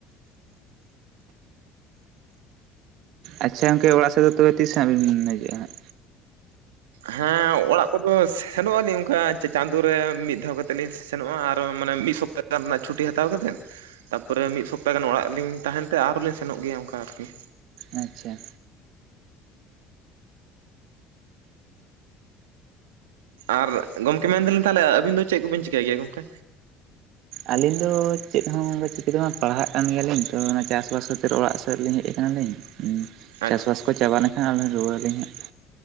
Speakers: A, on the right; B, on the right.
A: ᱟᱪᱪᱷᱟ ᱜᱚᱢᱠᱮ ᱚᱲᱟᱜ ᱥᱮᱫ ᱫᱚ ᱛᱚᱵᱮ ᱛᱤᱥ ᱦᱟᱸᱜ ᱵᱮᱱ ᱦᱤᱡᱩᱜ-ᱟ ᱦᱟᱸᱜ?
B: ᱦᱮᱸ ᱚᱲᱟᱜ ᱠᱚᱫᱚ ᱥᱮᱱᱚᱜᱼᱟᱞᱤᱤᱧ ᱚᱱᱠᱟ ᱪᱟᱸᱫᱳ ᱨᱮ ᱢᱤᱫ ᱫᱷᱟᱣ ᱠᱟᱛᱮᱫ ᱞᱤᱧ ᱥᱮᱱᱚᱜᱼᱟ ᱟᱨᱚ ᱢᱟᱱᱮ ᱢᱤᱫ ᱥᱚᱯᱛᱟ ᱜᱟᱱ ᱨᱮᱱᱟᱜ ᱪᱷᱩᱴᱤ ᱦᱟᱛᱟᱣ ᱠᱟᱛᱮᱫ ᱾ ᱛᱟᱯᱚᱨᱮ ᱢᱤᱫ ᱥᱚᱯᱛᱟ ᱜᱟᱱ ᱚᱲᱟᱜ ᱨᱮᱞᱤᱧ ᱛᱟᱦᱮᱱ ᱛᱮ ᱟᱨᱦᱚᱸ ᱞᱤᱧ ᱥᱮᱱᱚᱜ ᱜᱮᱭᱟ ᱚᱱᱠᱟ ᱟᱨᱠᱤ ᱾
A: ᱟᱪᱪᱷᱟ ᱾
B: ᱟᱨ ᱜᱚᱢᱠᱮ ᱢᱮᱱ ᱫᱟᱞᱤᱧ ᱛᱟᱦᱚᱞᱮ ᱟᱹᱵᱤᱱ ᱫᱚ ᱪᱮᱫ ᱠᱚᱵᱤᱱ ᱪᱤᱠᱟᱹᱭ ᱜᱮᱭᱟ ᱜᱚᱢᱠᱮ?
A: ᱟᱹᱞᱤᱧ ᱫᱚ ᱪᱮᱫ ᱦᱚᱸ ᱚᱱᱠᱟ ᱪᱤᱠᱟᱹ ᱫᱚ ᱦᱟᱜᱸ ᱯᱟᱲᱦᱟᱜ ᱠᱟᱱ ᱜᱮᱭᱟᱞᱤᱧ ᱛᱚ ᱚᱱᱟ ᱪᱟᱥᱵᱟᱥ ᱠᱷᱟᱹᱛᱤᱨ ᱚᱲᱟᱜ ᱥᱮᱫ ᱞᱤᱧ ᱦᱮᱡ ᱟᱠᱟᱱᱟ ᱞᱤᱧ ᱾ ᱩᱸ ᱪᱟᱥ
B: ᱟᱪᱪᱷᱟ
A: ᱵᱟᱥ ᱠᱚ ᱪᱟᱵᱟ ᱞᱮᱱᱠᱷᱟᱱ ᱟᱨ ᱞᱤᱧ ᱨᱩᱣᱟᱹᱲ ᱟᱹᱞᱤᱧ ᱦᱟᱸᱜ ᱾